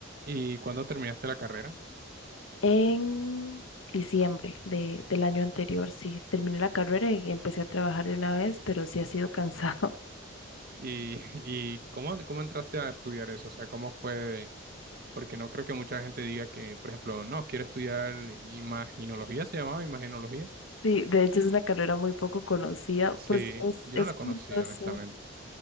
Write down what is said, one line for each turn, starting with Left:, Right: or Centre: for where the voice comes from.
Right: ¿Y cuándo terminaste la carrera?
Left: En diciembre de, del año anterior, sí, terminé la carrera y empecé a trabajar de una vez, pero sí ha sido cansado. <laughs>
Right: ¿Y, <laughs> y cómo, cómo entraste a estudiar eso? O sea, ¿cómo fue? de- Porque no creo que mucha gente diga que, por ejemplo, no, quiero estudiar imaginología, ¿se llamaba imaginología?
Left: Sí, de hecho es una carrera muy poco conocida.
Right: Sí,
Left: Pues es,
Right: yo
Left: es
Right: no la
Left: curioso.
Right: conocía, honestamente.